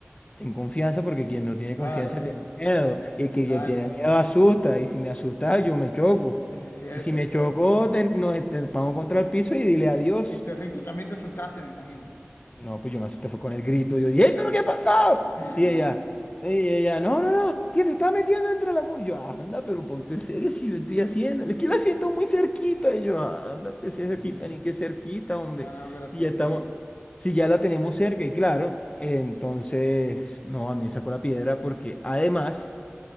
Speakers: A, on the left; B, on the left.
A: Ten confianza porque quien no tiene
B: Claro,
A: confianza
B: sí.
A: tiene miedo y
B: Exacto.
A: que quien tiene miedo asusta y si me asusta yo me choco
B: Es cierto,
A: y si me
B: es cierto.
A: choco te- nos estampamos contra el piso y dile adiós.
B: Y Entonces, y tú también te asustaste, me imagino.
A: No, pues yo me asusté, fue con el grito. Yo dije, ¡Ey, pero qué ha pasado!
B: <laughs>
A: Y ella, y ella, no, no, no, que te está metiendo entre la mula. Y Yo, anda, pero ponte en serio si yo estoy haciendo. Es que la siento muy cerquita. Y yo, anda, pues si es
B: Ujú.
A: cerquita, ni que cerquita, hombre.
B: No, no, pero sí,
A: Si ya
B: sí.
A: estamos, si ya la tenemos cerca, y claro, entonces, no, a mí me sacó la piedra porque además,